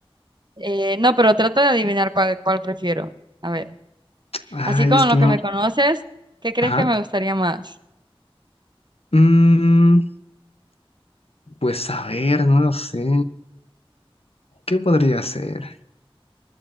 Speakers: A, on the right; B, on the left.
A: Eh, no, pero trata de adivinar cuál, cuál prefiero. A ver,
B: Ay,
A: así como
B: es
A: lo
B: que no.
A: que me conoces, ¿qué crees
B: Ajá.
A: que me gustaría más?
B: Mm, Pues a ver, no lo sé. ¿Qué podría ser?